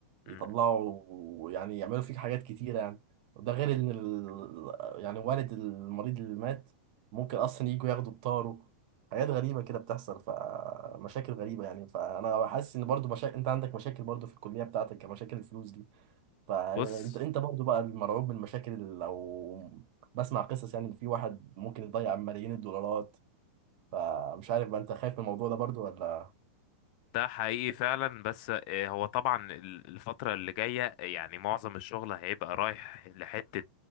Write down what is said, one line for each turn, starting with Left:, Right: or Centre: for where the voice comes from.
Right: يطلعوا
Left: مم.
Right: يعني يعملوا فيك حاجات كتيره يعني وده غير ان ال... يعني والد المريض اللي مات ممكن اصلا يجوا ياخدوا بطاره حاجات غريبه كده بتحصل فمشاكل غريبه يعني فانا حاسس ان برضو مشاكل انت عندك مشاكل برضو في الكليه بتاعتك كمشاكل الفلوس دي فانت
Left: بص
Right: انت برضو بقى المرعوب من المشاكل اللي- لو بسمع قصص يعني ان في واحد ممكن يضيع ملايين الدولارات فمش عارف بقى انت خايف من الموضوع ده برضو ولا
Left: ده حقيقي فعلا بس آه، هو طبعا ال- الفترة اللي جاية آه، يعني معظم الشغل هيبقى رايح لحتة